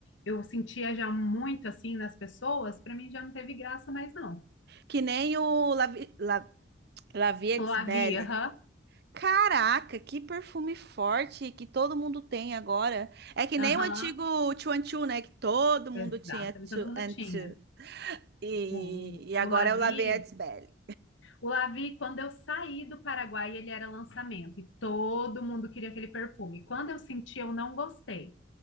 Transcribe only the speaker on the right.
Que nem o Lavi, La, La Vie
Belle.
Caraca, que perfume forte que todo mundo tem agora. É que nem
o antigo Two and Two, né? Que todo mundo
tinha Two
and
Two. E,
e agora
é o La Vie Belle.